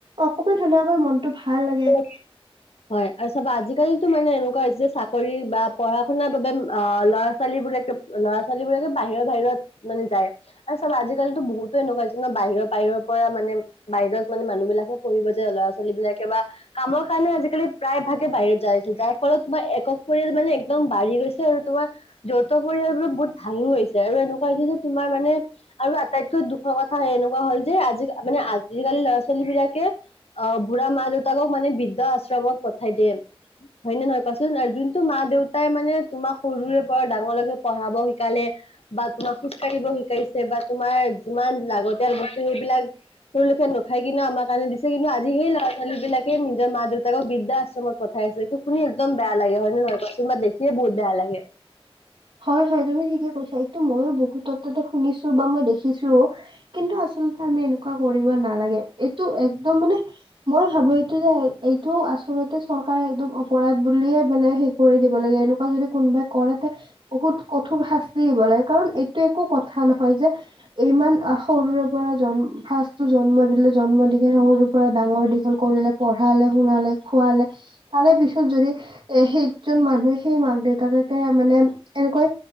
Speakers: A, on the right; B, on the left.
A: অকমান হ'লেও আমাৰ মনটো ভাল লাগে।
B: <unintelligible> হয়। আৰু চাবা আজিকালিতো মানে এনেকুৱা হৈছে যে চাকৰি বা পঢ়া শুনাৰ বাবে অ' ল'ৰা ছোৱালীবিলাকে ল'ৰা ছোৱালীবিলাকে বাহিৰত বাহিৰত মানে যায়। আৰু চাবা আজিকালিতো বহুতো এনেকুৱা হৈছে ন বাহিৰৰ বাহিৰৰ পৰা মানে বাহিৰত মানে মানুহবিলাকে পঢ়িব‌ যে ল'ৰা ছোৱালী বিলাকে বা কামৰ কাৰণে আজিকালি প্ৰায় ভাগে বাহিৰত যাই আছে, যাৰ ফলত তোমাৰ একক পৰিয়াল মানে একদম বাঢ়ি গৈছে আৰু তোমাৰ যৌথ পৰিয়ালবোৰ বহুত ভাঙি গৈছে। আৰু এনেকুৱা হৈছে যে তোমাৰ মানে আৰু আটাইতকৈ দুখৰ কথা এয়ে এনেকুৱা হ'ল যে আজি মানে আজিকালি ল'ৰা ছোৱালী বিলাকে অ', বুঢ়া মাক দেউতাকক মানে বৃদ্ধ আশ্ৰমত পঠাই দিয়ে। হয়নে নহয় কোৱাচোন? যোনটো মা দেউতাই মানে তোমাক সৰুৰে পৰা ডাঙৰলৈকে পঢ়াব শিকালে বা তোমাক খোজ কঢ়িব শিকাইছে বা তোমাৰ যিমান লাগতিয়াল বস্তু সেইবিলাক তেওঁলোকে নাখাই কিনে আমাৰ কাৰণে দিছে, কিন্তু আজি সেই ল'ৰা ছোৱালীবিলাক সেই নিজৰ মা দেউতাকক বৃদ্ধা আশ্ৰমত পাঠাইছে এইটো শুনি একদম বেয়া লাগে হয়নে নহয় কোৱাচোন বা দেখিয়ে বহুত বেয়া লাগে।
A: হয়, হয় তুমি ঠিকে কৈছা। এইটো ময়ো বহুতৰ তাতে শুনিছো। বা মই দেখিছো, কিন্তু আচলতে আমি এনেকুৱা কৰিব নালাগে এইটো একদম মানে মই ভাবো এইটো যে এইটো আচলতে চৰকাৰে একদম অপৰাধ বুলিয়ে মানে হেৰি কৰি দিব লাগে, এনেকুৱা যদি কোনোবাই কৰে তে বহুত কঠোৰ শাস্তি দিব লাগে, কাৰণ এইটো একো কথা নহয় যে ইমান সৰুৰে পৰা ফাৰ্ষ্টটো জন্ম দিলে, জন্ম দি কিনে সৰুৰ পৰা ডাঙৰ দীঘল কৰিলে পঢ়ালে শুনালে খুৱালে। তাৰে পিছত যদি এ সেইজন মানুহে সেই মাক দেউতাকাকে মানে এনেকৈ